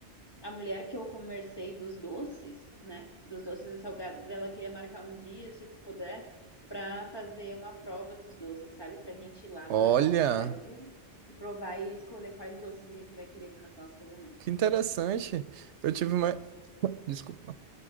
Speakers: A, on the left; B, on the right.
A: A mulher que eu conversei dos doces, né? Dos doces e salgados dela queria marcar um dia, se tu puder, pra fazer uma prova dos doces, sabe? Pra gente ir lá
B: Olha,
A: na confeitaria e provar e escolher quais doces a gente vai querer pro nosso casamento.
B: que interessante. Eu tive mais. <coughs> Desculpa.